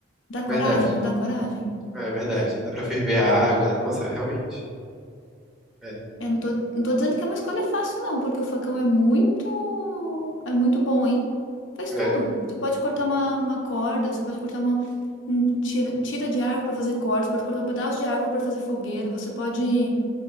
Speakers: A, on the left; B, in the centre.
A: dá coragem,
B: verdade.
A: não dá coragem?
B: É verdade. Dá pra ferver a água, né? Nossa, realmente. É,
A: Eu não tô, não tô dizendo que é uma escolha fácil, não, porque o facão é muito, é muito bom, hein? Faz
B: é,
A: tudo. Você pode cortar uma, uma corda, você pode cortar uma um tira, tira de árvore para fazer cortes, pode cortar um pedaço de árvore para fazer fogueira, você pode